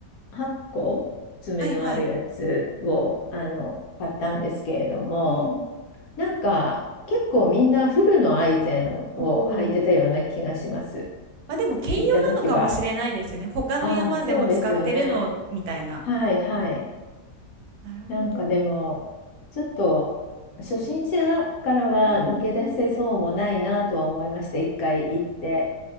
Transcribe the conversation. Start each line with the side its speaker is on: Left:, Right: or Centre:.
Left: 8個爪のあるやつを、
Right: はいはい。
Left: あの、買ったんですけれども、
Right: うん。
Left: なんか、結構みんなフルのアイゼンを履いてたような気がします。
Right: おまあでも兼用なのかもしれないですよね。
Left: 行った時は。
Right: 他の山でも使ってるのみたいな。
Left: ああ、そうですよね。はいはい。
Right: なるほど。
Left: なんかでも、ちょっと初心者からは抜け出せそうもないなとは思いました。
Right: うんうん
Left: 一回行って。